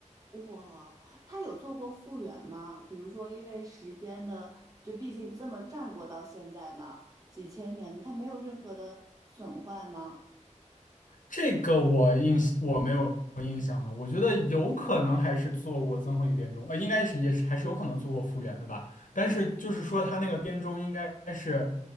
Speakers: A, on the right (about 25°); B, on the left (about 85°).
A: 哇，它有做过复原吗？比如说，因为时间的，就毕竟这么战国到现在呢，几千年，它没有任何的损坏吗？
B: 这个我印我没有印象了。我觉得有可能还是做过曾侯乙编钟，呃，应该是也是还是有可能做过复原的吧。但是就是说他那个编钟应该是，